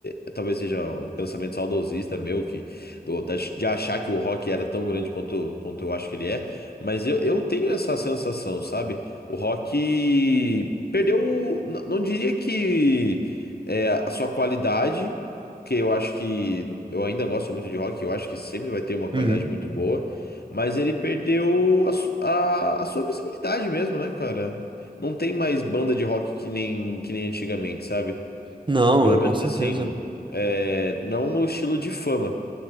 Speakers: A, on the left; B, on the right.
A: é- talvez seja um pensamento saudosista meu, que, do- da- de achar que o rock era tão grande quanto, quanto eu acho que ele é, mas eu, eu tenho essa sensação, sabe? O rock perdeu, o- n- não diria que é, a sua qualidade, porque eu acho que, eu ainda gosto muito de rock, eu acho que sempre vai ter uma qualidade
B: Uhum.
A: muito boa, Mas ele perdeu a, su- a- a sua visibilidade mesmo, né, cara? Não tem mais banda de rock que nem, que nem antigamente, sabe?
B: Não,
A: Pelo
B: é com
A: menos
B: certeza.
A: assim, é, não no estilo de fama.